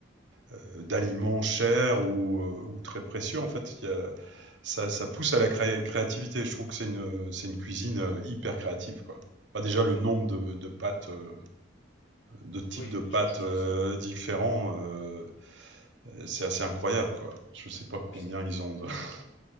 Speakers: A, on the right; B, on the left.
A: euh, d'aliments chers ou, euh, ou très précieux, en fait, il y a- ça, ça pousse à la cré- créativité. Je trouve que c'est une, c'est une cuisine euh, hyper créative, quoi. Enfin, déjà, le nombre de,
B: Ouais.
A: de pâtes, euh, de types
B: Oui,
A: de pâtes
B: déjà juste
A: euh,
B: ça.
A: différents, euh, C'est assez incroyable, quoi. Je sais pas combien
B: Puis,
A: ils ont de, <laughs>